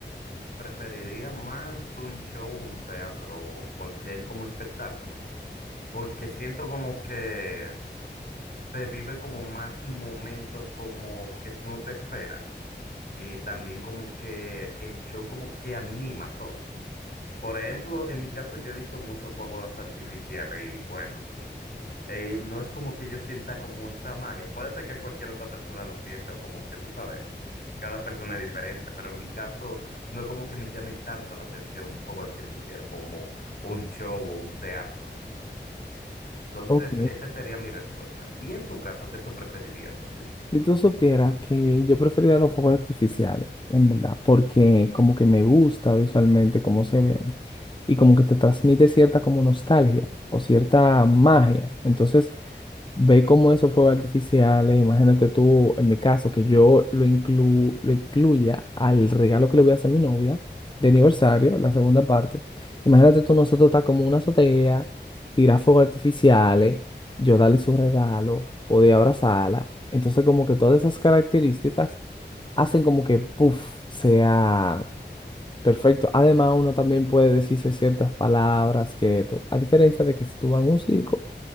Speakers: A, on the left; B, on the left.
A: Preferiría más un show, un teatro, o cualquier como espectáculo, porque siento como que se vive como más momentos como que tú no te esperas y también como que el show como que anima todo. Por ejemplo, en mi caso yo evito mucho fuegos artificiales y bueno, eh, no es como que yo sienta como esa magia, puede ser que cualquier otra persona lo siente o como que tú sabes. Cada persona es diferente, pero en mi caso no es como que me llame tanto la atención un fuego artificial como un show o un teatro. Entonces,
B: Ok,
A: esa sería mi respuesta. ¿Y en tu caso, qué tú preferirías así?
B: Si tú supieras que yo preferiría los fuegos artificiales, en verdad, porque como que me gusta visualmente cómo se ven y como que te transmite cierta como nostalgia o cierta magia. Entonces, Ve cómo esos fuegos artificiales, imagínate tú, en mi caso, que yo lo, inclu- lo incluya al regalo que le voy a hacer a mi novia de aniversario, la segunda parte. Imagínate tú, nosotros está como una azotea, tirar fuegos artificiales, yo darle su regalo, poder abrazarla. Entonces, como que todas esas características hacen como que, puff, sea perfecto. Además, uno también puede decirse ciertas palabras que, tú- a diferencia de que si tú vas en un circo,